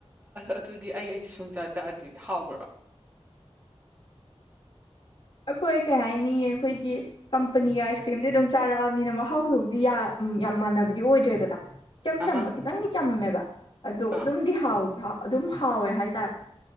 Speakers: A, on the right; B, on the left.
A: ꯑꯗꯨꯗꯤ ꯑꯩ ꯑꯩꯗꯤ ꯁꯨꯡꯆꯥ ꯆꯥꯗ꯭ꯔꯤ ꯍꯥꯎꯕ꯭ꯔꯥ
B: ꯑꯩꯈꯣꯏ ꯀꯩꯍꯥꯏꯅꯤ ꯑꯩꯈꯣꯏꯒꯤ ꯀꯝꯄꯅꯤꯒꯤ ꯑꯥꯏꯁ ꯀ꯭ꯔꯤꯝꯗꯤ ꯑꯗꯨꯝ ꯆꯥꯔꯛꯑꯕꯅꯤꯅ ꯃꯍꯥꯎꯗꯨꯕꯨꯗꯤ ꯌꯥꯝ ꯃꯥꯟꯅꯕꯗꯤ ꯑꯣꯏꯗ꯭ꯔꯦꯗꯅ ꯏꯆꯝ
A: ꯑꯍꯥ
B: ꯆꯝꯕ ꯈꯤꯇꯪꯗꯤ ꯆꯝꯃꯦꯕ ꯑꯗꯣ
A: ꯑꯥ
B: ꯑꯗꯨꯝꯗꯤ ꯍꯥꯎ ꯍꯥꯎ ꯑꯗꯨꯝ ꯍꯥꯎꯋꯦ ꯍꯥꯏꯇꯥꯔꯦ